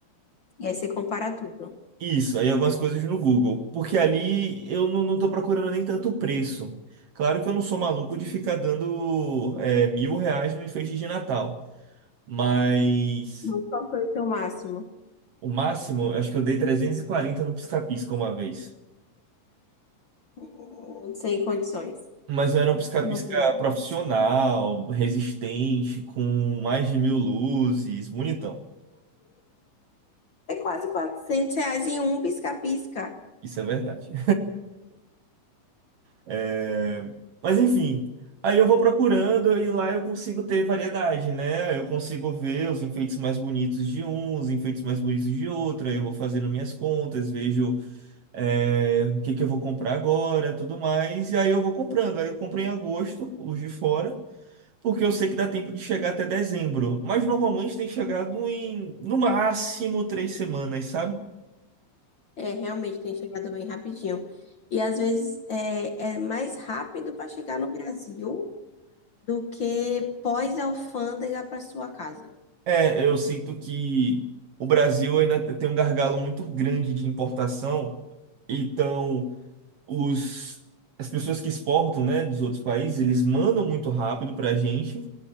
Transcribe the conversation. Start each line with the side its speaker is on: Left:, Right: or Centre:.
Left: E aí você compara tudo.
Right: Isso, aí algumas coisas no Google. Porque ali eu não, não tô procurando nem tanto preço. Claro que eu não sou maluco de ficar dando é, mil reais no enfeite de Natal. Mas
Left: Mas Qual foi o seu máximo?
Right: o máximo, eu acho que eu dei 340 no pisca-pisca uma vez.
Left: Hum, Sem condições.
Right: Mas não era um pisca-pisca
Left: Não, não.
Right: profissional, resistente, com mais de mil luzes, bonitão.
Left: É quase quatrocentos reais em um pisca-pisca.
Right: Isso é verdade. É, Mas enfim, aí eu vou procurando e lá eu consigo ter variedade, né? Eu consigo ver os enfeites mais bonitos de um, os enfeites mais bonitos de outro. Aí eu vou fazendo minhas contas, vejo é, o que que eu vou comprar agora, tudo mais. E aí eu vou comprando. Aí eu comprei em agosto, os de fora, porque eu sei que dá tempo de chegar até dezembro. Mas normalmente tem chegado em, no máximo, três semanas, sabe?
Left: É, realmente tem chegado bem rapidinho. E às vezes é, é mais rápido para chegar no Brasil do que pós-alfândega para sua casa.
Right: É, eu sinto que o Brasil ainda tem um gargalo muito grande de importação. Então, os, as pessoas que exportam, né, dos outros países, eles mandam muito rápido para a gente.